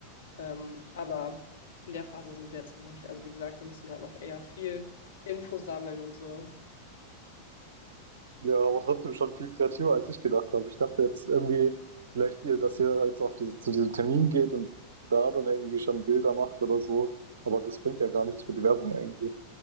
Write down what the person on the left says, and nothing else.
Ähm, aber in der Phase sind wir jetzt noch nicht. Also wie gesagt, wir müssen gerade noch eher viel Info sammeln und so.